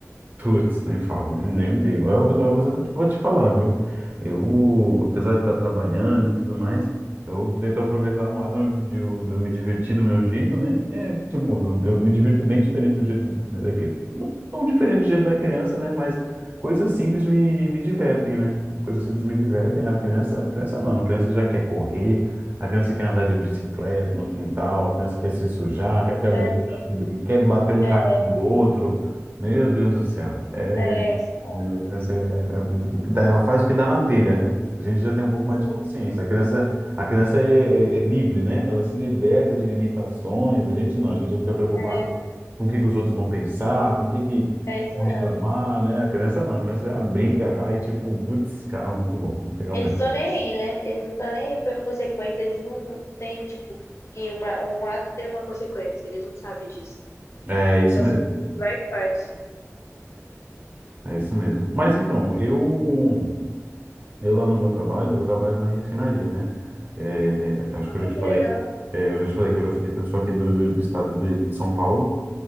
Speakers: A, on the right (about 40°); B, on the left (about 60°).
A: Putz, nem falo, nem, nem me diga. Eu, eu, eu vou te vou te falar, viu? Eu, apesar de estar trabalhando e tudo mais, eu tento aproveitar o máximo de, eu de eu me divertir do meu jeito, né? É, tipo, eu, eu me divirto bem diferente do jeito né, daquele. Não tão diferente do jeito da criança, né? Mas coisas simples me, me divertem, né? Coisas simples me divertem. A criança, a criança não, a criança já quer correr, a criança quer andar de bicicleta no quintal, a criança quer se sujar, quer ficar brincando,
B: É,
A: brin- quer bater um
B: é,
A: carro no outro. Meu Deus do céu. É,
B: é,
A: é-
B: sim,
A: a criança é, é muito- dá- ela faz o que dá na telha, né? A gente já tem um pouco mais
B: sim.
A: de consciência. A criança, a criança é, é- é livre, né? Ela se liberta de limitações. A gente não, a gente já fica preocupado
B: É,
A: com o que que os outros vão pensar, com o que que
B: É isso
A: vão
B: mesmo.
A: reclamar, né? A criança não, a criança já brinca, vai, tipo, putz, cara, muito bom, muito legal
B: Eles
A: mesmo.
B: estão nem aí, né? Eles não estão nem aí pra consequência. Eles não têm, tipo, que uma- um ato tem uma consequência. Eles não sabem disso.
A: É
B: Eles
A: isso
B: só
A: mesmo,
B: simplesmente vai e faz.
A: é isso mesmo. Mas então, eu Eu lá no meu trabalho, eu trabalho na refinaria, né? É, acho
B: Ah,
A: que eu
B: mas
A: já te
B: que
A: falei,
B: legal.
A: é, eu já te falei que eu, já sou aqui, eu sou aqui do, do- do estado de, de São Paulo,